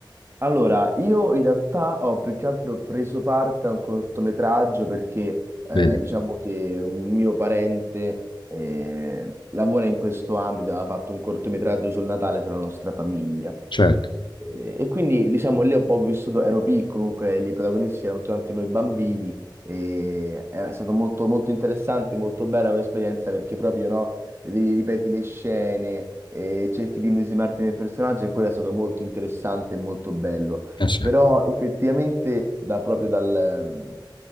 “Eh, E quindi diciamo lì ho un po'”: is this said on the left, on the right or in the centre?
Right